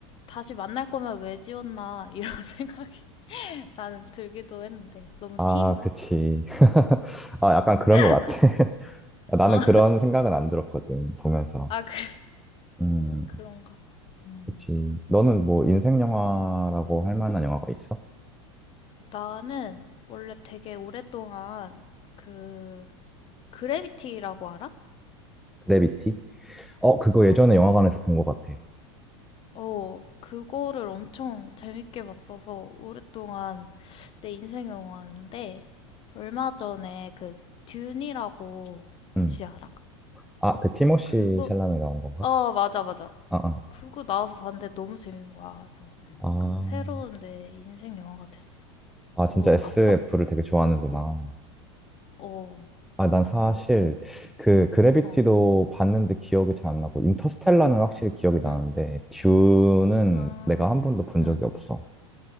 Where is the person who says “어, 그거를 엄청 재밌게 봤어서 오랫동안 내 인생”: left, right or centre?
Left